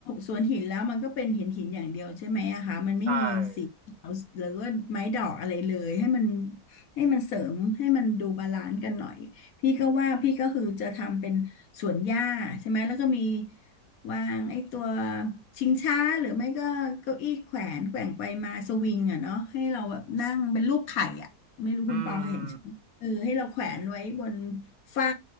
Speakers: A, on the left; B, on the right.
A: สวนหินแล้วมันก็เป็นเหินหินอย่างเดียวใช่ไหมอะคะมันไม่มีสีเขียวหรือว่าไม้ดอกอะไรเลยให้มัน
B: ใช่
A: ให้มันเสริมให้มันดูบาลานซ์กันหน่อยพี่ก็ว่าพี่ก็คือจะทำเป็นสวนหญ้าใช่ไหมแล้วก็มีวางไอ้ตัวชิงช้าหรือไม่ก็เก้าอี้แขวนแกว่งไปมาสวิงอ่ะเนาะให้เราแบบนั่งเป็นรูปไข่อ่ะไม่รู้คุณปอเคยเห็น
B: อืม
A: เออให้เราแขวนไว้บนฝ้า